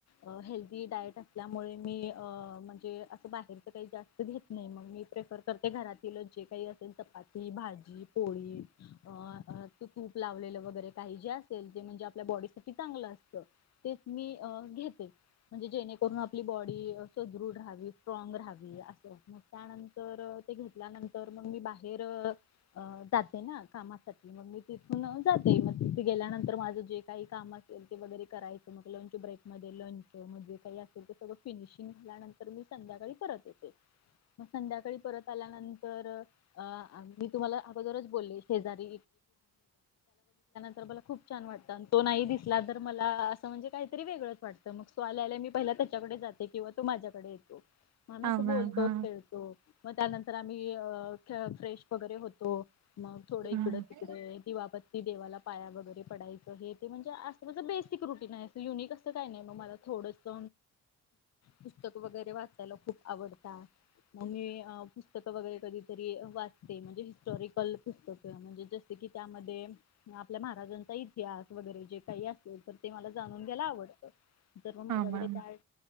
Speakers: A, on the left; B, on the right.
A: अ हेल्दी डायट असल्यामुळे मी अ म्हणजे असं बाहेरच काही जास्त घेत नाही. मग मी प्रेफर करते, घरातील जे काही असेल, चपाती भाजी पोळी. अ तू तूप लावलेलं वगैरे काही जे असेल ते म्हणजे आपल्या बॉडीसाठी चांगलं असतं तेच मी घेते, म्हणजे जेणेकरून आपली बॉडी सुदृढ राहावी, स्ट्रॉग राहावी, असं मग त्यानंतर ते घेतल्यानंतर मग मी बाहेर जाते. कामासाठी मग मी तिथून जाते मग तिथे गेल्यानंतर माझं जे काही काम असेल ते वगैरे करायचं मग लंच ब्रेक मध्ये लंच मग जे काही असेल ते सगळं फिनिशिंग झाल्यानंतर मी संध्याकाळी परत येते मग संध्याकाळी परत आल्यानंतर अ मी तुम्हाला अगोदरच बोलले शेजारी तर मला खूप छान वाटत. आणि तो नाही दिसला तर मला असं, म्हणजे काहीतरी वेगळंच वाटतं मग. तो आल्याला मी पहिला त्याच्याकडे जाते किंवा तो माझ्याकडे येतो म मी
B: हां
A: असं
B: मॅम
A: बोलतोच
B: हां
A: खेळतो मग त्यानंतर आम्ही फ्रेश वगैरे होतो. मग थोडं इकड-
B: हां
A: तिकडे दिवाबत्ती, देवाला पाया वगैरे, पडाचं हे ते म्हणजे अस बे रुटीन युनिक असं काही नाही मला. थोडस पुस्तक वगैरे वाचायला खूप आवडत. मग मी पुस्तक वगैरे कधीतरी ते म्हणज हस्टॉरिक <unintelligible> पुस्तक म्हणजे जस की त्यामध्ये आपल्या महाराजांचा इतिहास वगैरे जे काही असल तर ते मला जाणून घ्यायला आवडत. तर मग माझ्याकडे
B: मॅम
A: काय?